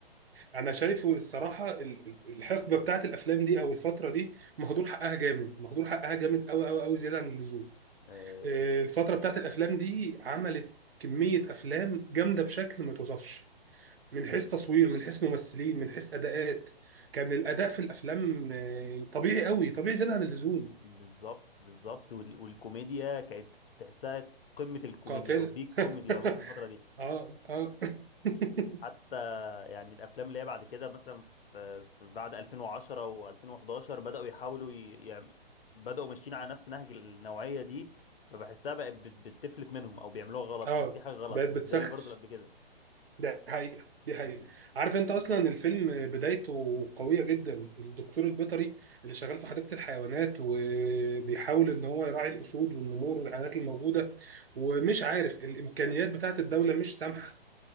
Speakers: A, on the right; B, on the left.
A: انا شايفه الصراحه ال- ال- الحقبه بتاعت الافلام دي او الفتره دي مهدور حقها جامد مهدور حقها جامد قوي قوي قوي زياده عن اللزوم
B: آه،
A: إيه، الفتره بتاعت الافلام دي عملت كميه افلام جامده بشكل ما توصفش من حيث تصوير من حيث ممثلين من حيث اداءات كان الاداء في الافلام آه، طبيعي قوي طبيعي زياده عن اللزوم
B: بالظبط بالظبط وال- والكوميديا كانت تحسها قمه الكوميديا
A: قاتل
B: او بيك
A: <laughs>
B: كوميدي والله في الفتره دي
A: اه اه <laughs>
B: حتى يعني الافلام اللي هي بعد كده مثلا في, في بعد 2010 و2011 بداوا يحاولوا ي- يعني بداوا ماشيين على نفس نهج النوعيه دي فبحسها بقت بت- بتفلت منهم او بيعملوها غلط
A: اه
B: او في حاجه غلط
A: بقت
B: مش
A: بتسخف
B: زي برضو اللي قبل كده
A: ده حقيقه دي
B: مم.
A: حقيقه عارف انت اصلا الفيلم بدايته قويه جدا الدكتور البيطري اللي شغال في حديقه الحيوانات وبيحاول ان هو يراعي الاسود والنمور والحيوانات الموجوده ومش عارف الامكانيات بتاعت الدوله مش سامحه